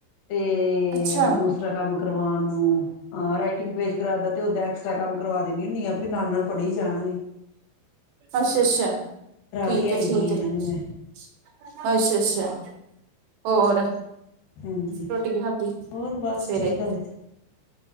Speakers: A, on the left; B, on the right.
A: ਤੇ
B: ਅੱਛਾ
A: ਦੂਸਰਾ ਕੰਮ ਕਰਵਾਉਣ ਨੂੰ- ਹਾਂ ਰਾਈਟਿੰਗ ਪੇਜ ਕਰਾਦਾ ਤੇ ਉਹ ਡੈਕਸ ਕੰਮ ਕਰਵਾ ਦਿੰਦੀ ਹੁੰਣੀ ਆ ਵੀ ਨਾਲ-ਨਾਲ ਪੜ੍ਹੀ ਜਾਣਗੇ।
B: ਅੱਛਾ ਅੱਛਾ ਠੀਕ
A: ਕੇ ਆਈ
B: ਹੈ ਠੀਕ
A: ਸੀ ਇਹਨਾਂ
B: ਹੈ ਅੱਛਾ
A: ਨੂੰ ਮੈਂ
B: ਅੱਛਾ ਹੋਰ
A: ਹਾਂਜੀ
B: ਰੋਟੀ ਕੀ ਖਾਧੀ
A: ਹੋਰ ਬਸ
B: ਸਵੇਰੇ
A: ਠੀਕ ਆ ਵਧ